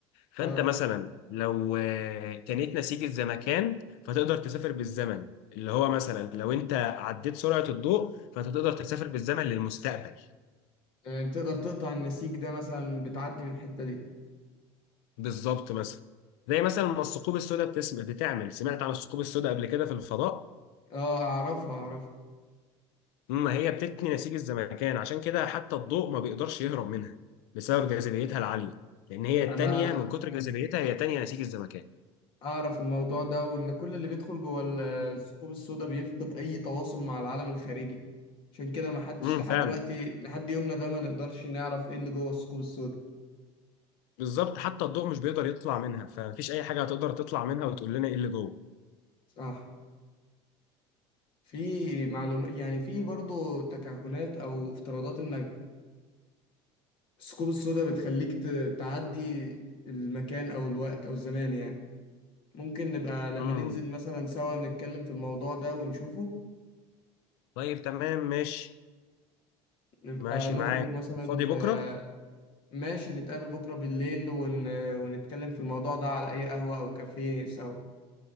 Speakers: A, on the left; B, on the left.
A: فانت
B: آه.
A: مثلا لو آه، تنيت نسيج الزمكان فتقدر تسافر بالزمن اللي هو مثلا لو انت عديت سرعة الضوء فانت تقدر تسافر بالزمن للمستقبل
B: آه. تقدر تقطع النسيج ده مثلا بتعدي من الحتة دي
A: بالظبط مثلا زي مثلا ما الثقوب السوداء بتسم... بتعمل سمعت عن الثقوب السوداء قبل كده في الفضاء
B: آه أعرفها أعرفها
A: ما هي بتتني نسيج الزمكان عشان كده حتى الضوء ما بيقدرش يهرب منها بسبب جاذبيتها العالية لان هي التانية
B: أنا
A: من كتر جاذبيتها هي تانية نسيج الزمكان
B: أعرف الموضوع ده وإن كل اللي بيدخل جوه ال- الثقوب السوداء بيفقد أي تواصل مع العالم الخارجي عشان كده ما حدش
A: امم
B: لحد
A: فاهم
B: دلوقتي لحد يومنا ده ما نقدرش نعرف إيه اللي جوه الثقوب السوداء
A: بالظبط حتى الضوء مش بيقدر يطلع منها فمفيش اي حاجه هتقدر تطلع منها وتقول لنا ايه اللي جوه
B: صح في معلومات يعني في برضه تكهنات أو افتراضات إن الثقوب السوداء بتخليك ت- تعدي المكان أو الوقت أو الزمان يعني ممكن نبقى لما
A: امم
B: ننزل مثلا سوا نتكلم في الموضوع ده ونشوفه
A: طيب تمام ماشي
B: نبقى
A: ماشي
B: نخرج
A: معاك
B: مثلا
A: فاضي بكره
B: فماشي نتقابل بكرة بالليل ون... ونتكلم في الموضوع ده على أي قهوة أو كافيه سوا